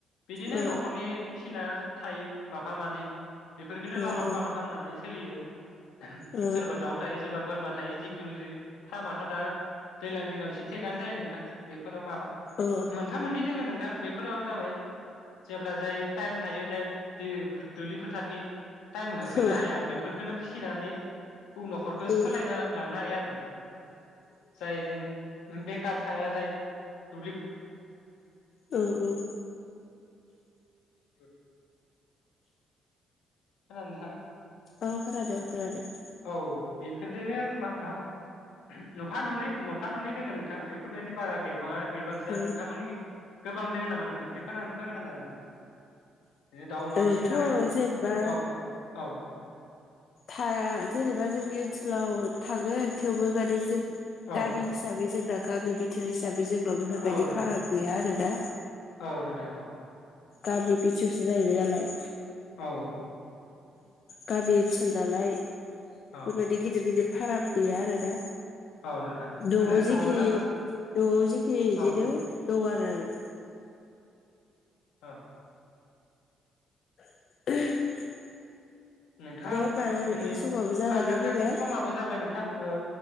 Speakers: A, on the left (about 85°); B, on the left (about 60°).
A: बिदिनो
B: औ
A: न'खरनि फिना थायो माफा मानै बेफोरखौनो
B: औ
A: लालन
B: औ
A: फालन खालामनानै सोलियो ।
B: ओ
A: सोरबा दाउ थायो सोरबा बोरमा मा थायो जिखुनु जि फारामाथ' दा दैज्लांनि दिनाव एसे थेगआनो जायो नोंथां बेफोराव माफा
B: ओ
A: मोनफा मोननै दोङो नोंथां बे फोराव जाबाय जेब्ला जाय टाइम थायो दा दैफो दुब्लि फोथारनि टाइम होसोनो
B: ओ
A: हाया बेफोरखोनो नानै गुबुन न'खरखौ
B: ओ
A: सोलायना लांनो हायो आरो नोंथां जाय जेन बेखार थाया जाय दुब्लिफोर
B: औ औ ।
A: बे <inaudible> खोनादों नोंथां?
B: औ खोनादो खोनादो ।
A: औ बेफोरदोनो मा ओ नुफा न'नै नुफा न'नै दोङ नोंथां बेफोरबायदि बारा गैबाङा । गैबांसोया
B: औ
A: नोंथांमोननिथिं गोबां <unintelligible> नामा नोंथां एसे फोर फोरमायनो हागोन नामा बिदिनो दाउ अमा
B: ओरैथ'
A: फिसिनो थाखाय
B: जेनेबा
A: औ औ औ
B: था जेनेबा जोंनि ओनसोलाव थागोन थेवबो माने जों
A: औ
B: गामि हिसाबै जों गा गामि बिथोर हिसाबै जोंनाव बेफोर बायदि
A: औ नोंथां
B: फाराम गैया आरो दा
A: औ नोंथां औ
B: गामि बिथिरसो जाहैबाय नालाय
A: औ
B: गामि ओनसोल नालाय
A: औ
B: बेबायदि गिदिर-गिदिर फाराम गैया आरो ना
A: औ नोंथां
B: न'आव
A: ओरैनो
B: जेखिनि
A: न'आवनो
B: न'आव जेखिनि
A: औ
B: बिदिनो दंआरो ओ
A: अ
B: <inaudible>
A: नोंथां
B: दे होमबा ना नोंथां
A: दिनि
B: समाबो जानानै
A: ओ नोंथां
B: फैबाय
A: समाबो जाबाय नोंथां थां ओ